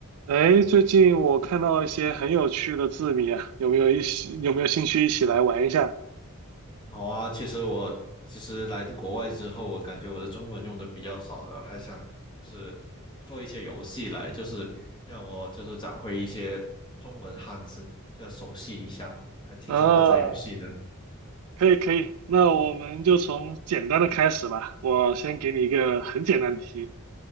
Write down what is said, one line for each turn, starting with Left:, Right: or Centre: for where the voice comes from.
Right: 哎，最近我看到一些很有趣的字谜啊，有没有一起，有没有兴趣一起来玩一下？
Left: 好啊，其实我其实来国外之后，我感觉我的中文用的比较少了，还想就是做一些游戏来，就是让我就是找回一些中文汉字，就要熟悉一下，还挺想玩这游戏的。
Right: 啊，可以可以，那我们就从简单的开始吧。我先给你一个很简单的题，